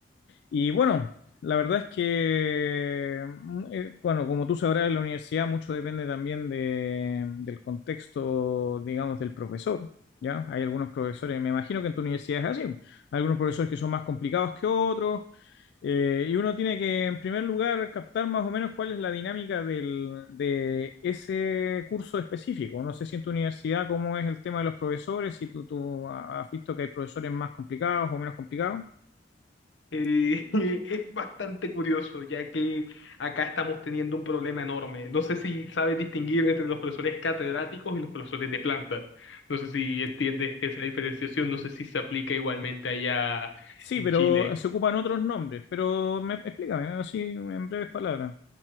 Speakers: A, on the left; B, on the left.
A: Y bueno, la verdad es que, mm, eh, bueno, como tú sabrás, en la universidad mucho depende también de, del contexto, digamos, del profesor, ¿ya? Hay algunos profesores, me imagino que en tu universidad es así, hay algunos profesores que son más complicados que otros, eh, y uno tiene que, en primer lugar, captar más o menos cuál es la dinámica del, de ese curso específico. No sé si en tu universidad cómo es el tema de los profesores, si tú, tú has visto que hay profesores más complicados o menos complicados.
B: Eh, <laughs> es bastante curioso, ya que acá estamos teniendo un problema enorme. No sé si sabes distinguir entre los profesores catedráticos y los profesores de planta. No sé si entiendes esa diferenciación, no sé si se aplica igualmente allá
A: Sí,
B: en
A: pero
B: Chile.
A: se ocupan otros nombres. Pero me, explícame, así en breves palabras.